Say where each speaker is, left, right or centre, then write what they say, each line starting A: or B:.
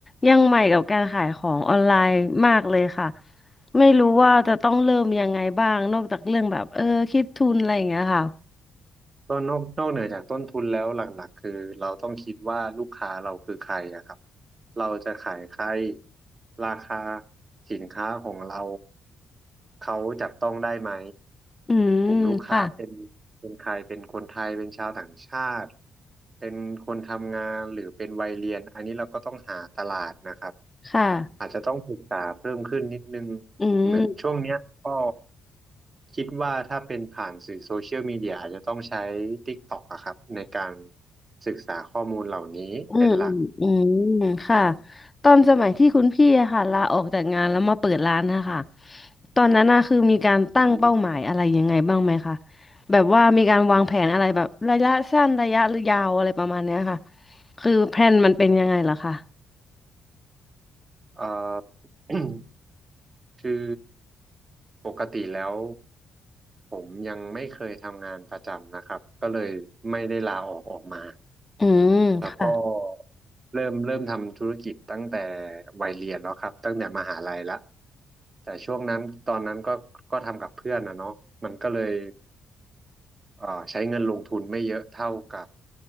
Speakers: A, on the left; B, on the right.
A: ยังใหม่กับการขายของออนไลน์มากเลยค่ะไม่รู้ว่าจะต้องเริ่มยังไงบ้างนอกจากเรื่องแบบเออคิดทุนอะไรอย่างเงี้ยค่ะ
B: ก็นอกนอกเหนือจากต้นทุนแล้วหลักๆคือเราต้องคิดว่าลูกค้าเราคือใครอะครับเราจะขายใครราคาสินค้าของเราเขาจับต้องได้ไหม
A: อืมค่ะ
B: กลุ่มลูกค้าเป็นเป็นใครเป็นคนไทยเป็นชาวต่างชาติเป็นคนทำงานหรือเป็นวัยเรียนอันนี้เราก็ต้องหาตลาดนะครับ
A: ค่ะ
B: อาจจะต้องศึกษาเพิ่มขึ้นนิดนึง
A: อืม
B: เหมือนช่วงเนี้ยก็คิดว่าถ้าเป็นผ่านสื่อโซเชียลมีเดียอาจจะต้องใช้ TikTok อะครับในการศึกษาข้อมูลเหล่านี้เป็นหลัก
A: อืมอืมอืมค่ะตอนสมัยที่คุณพี่อะค่ะลาออกจากงานแล้วมาเปิดร้านนะคะตอนนั้นนะคือมีการตั้งเป้าหมายอะไรยังไงบ้างไหมคะ
B: ผม
A: แบบว่ามีการวางแผนอะไรแบบระยะสั้นระยะยาวอะไรประมาณเนี้ยค่ะคือแพลนมันเป็นยังไงล่ะคะ
B: <coughs> เอ่อ <clears throat> คือปกติแล้วผมยังไม่เคยทำงานประจำนะครับก็เลยไม่ได้ลาออกออกมา
A: อืมค่ะ
B: แล้วก็เริ่มเริ่มทำธุรกิจตั้งแต่วัยเรียนแล้วครับตั้งแต่มหาลัยละแต่ช่วงนั้นตอนนั้นก็ก็ทำกับเพื่อนนะเนาะมันก็เลยเอ่อใช้เงินลงทุนไม่เยอะเท่ากับ